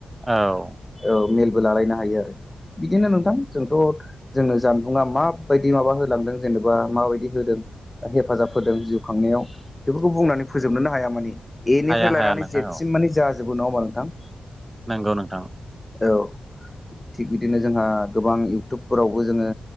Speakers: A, on the right; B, on the left.
A: औ
B: औ मेलबो लालायनो हायो आरो बिदिनो नोंथां जोंथ' जोंनो जानबुंा माबायदि माबा होलांदों जेनेबा माबायदि होदों हेफाजाब जिउ खांनायाव बेफोरखौ बुंनानै फोजोबनोन हाया मान एनिफ्राय
A: हाया
B: लनानै
A: हाया नोंथां
B: जेसिम
A: औ
B: म जेबो नङबा नोंथां
A: नंगौ नोंथांा
B: औ थिग बिदिनो जोंहा गोबां इउटुबफोरावबो जोङो